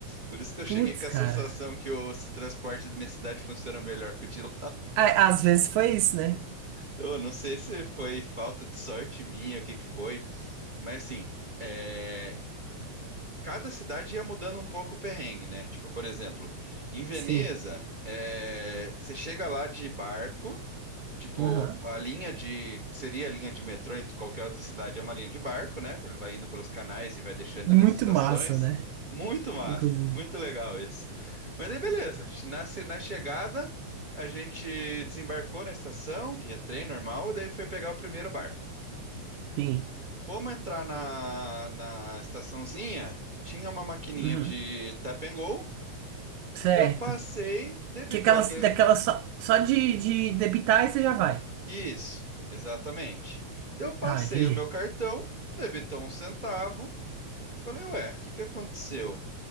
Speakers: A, on the right; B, on the right.
A: Por isso que eu
B: Putz,
A: cheguei com
B: cara.
A: a sensação que o transporte da minha cidade funciona melhor que o de lá.
B: Ah, Às vezes foi isso, né?
A: Eu não sei se foi falta de sorte minha, o que que foi, mas assim, é, cada cidade ia mudando um pouco o perrengue, né? Tipo, por exemplo, em Veneza,
B: Sim.
A: é, você chega lá de barco. Tipo,
B: Aham.
A: a linha de, que seria a linha de metrô em qualquer outra cidade, é uma linha de barco, né? Ele vai indo pelos canais e vai deixando
B: Muito
A: nas estações.
B: massa, né?
A: Muito massa,
B: Inclusive.
A: muito legal isso. Mas aí, beleza. Na, ce- na chegada, a gente desembarcou na estação, via trem normal, e daí foi pegar o primeiro barco.
B: Sim.
A: Fomos entrar na, na estaçãozinha, tinha uma maquininha
B: Uhum.
A: de tap and go.
B: Certo.
A: Eu passei, debitou
B: Que aquelas,
A: aqui.
B: daquelas só, só de, de debitar e você já vai.
A: Isso, exatamente. Daí Eu passei
B: Tá, entendi.
A: o meu cartão, debitou um centavo. Falei, ué, o que que aconteceu?